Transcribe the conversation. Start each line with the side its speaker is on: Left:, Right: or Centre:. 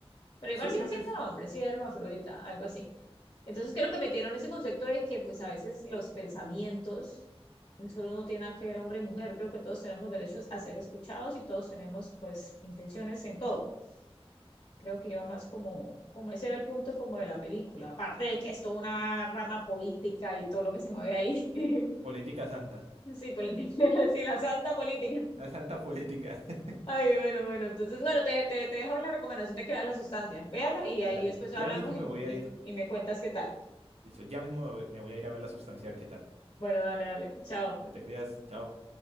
Left: Pero igual
Right: Sí,
Left: sigue
Right: creo
Left: siendo
Right: que es
Left: hombre, sí, es hermafrodita, algo así. Entonces creo que metieron ese concepto de que pues a veces los pensamientos, eso no tiene nada que ver hombre y mujer, creo que todos tenemos derechos a ser escuchados y todos tenemos pues intenciones en todo. Creo que iba más como, como ese era el punto como de la película, aparte de que es toda una rama política y todo lo que se mueve ahí. <laughs>
Right: política santa,
Left: Sí, política, <laughs> sí, la santa política.
Right: la santa política. <laughs>
Left: Ay, bueno, bueno, entonces, bueno, te, te, te dejo la recomendación de que veas la sustancia. Véala y ahí
Right: Dale,
Left: después hablamos
Right: ya mismo
Left: y,
Right: me voy
Left: y,
Right: a ir,
Left: y me cuentas qué tal.
Right: listo, ya mismo me voy me voy a ir a ver la sustancia, a ver qué tal.
Left: Bueno, dale, dale. Chao.
Right: Te cuidas, chao.